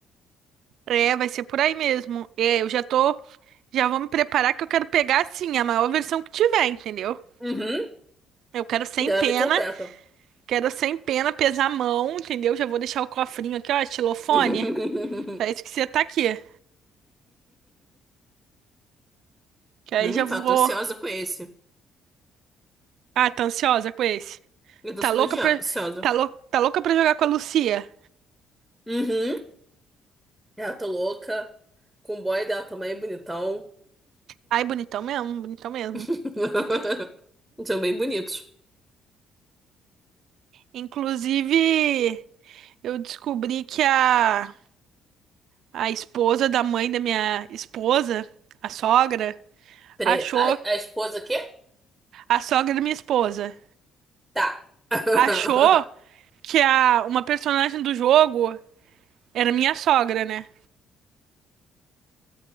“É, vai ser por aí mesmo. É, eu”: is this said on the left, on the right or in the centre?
Right